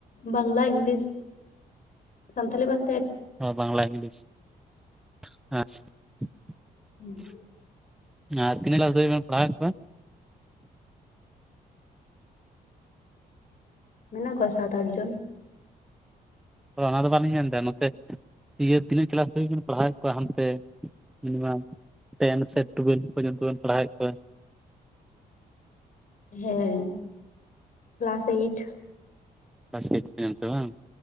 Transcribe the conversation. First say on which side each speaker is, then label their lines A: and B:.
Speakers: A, on the left; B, in the centre.
A: ᱵᱟᱝᱜᱽᱞᱟ, ᱤᱸᱜᱽᱞᱤᱥ ᱥᱟᱱᱛᱟᱞᱤ ᱵᱟᱛ!
B: ᱦᱳᱭ ᱵᱟᱝᱜᱽᱞᱟ, ᱤᱸᱜᱽᱞᱤᱥ <inaudible> ᱦᱮᱸ <unintelligible>
A: ᱦᱩᱸ
B: ᱩᱸᱦ ᱟᱡ ᱛᱤᱱᱟᱹᱜ ᱫᱟᱲ <unintelligible> ᱯᱟᱲᱦᱟᱣᱮᱫ ᱠᱚᱣᱟ?
A: ᱢᱮᱱᱟᱜ ᱠᱚᱣᱟ ᱥᱟᱛ ᱟᱴ ᱡᱚᱱ᱾
B: ᱦᱚᱲᱟ ᱫᱚ ᱵᱟᱞᱤᱧ ᱢᱮᱱ ᱫᱟ ᱱᱚᱛᱮ ᱤᱭᱟᱹ ᱛᱤᱱᱟᱹᱜ ᱠᱮᱞᱟᱥ ᱫᱷᱟᱹᱵᱤᱡ ᱣᱤᱫ ᱯᱟᱲᱦᱟᱣᱮᱫ ᱠᱚᱣᱟ ᱦᱟᱱᱛᱮ, ᱢᱤᱱᱤᱢᱟᱢ? ᱴᱮᱱ ᱥᱮ ᱴᱩᱣᱮᱞᱵ ᱯᱚᱨᱚᱡᱚᱱᱛᱚ ᱵᱮᱱ ᱯᱟᱲᱦᱟᱣᱮᱫ ᱠᱚᱣᱟ?
A: ᱦᱮᱸ ᱻᱠᱮᱞᱟᱥ ᱟᱹᱭᱤᱴ᱾
B: ᱯᱟᱥᱮᱫ ᱴᱮᱸᱛ ᱵᱟᱝ,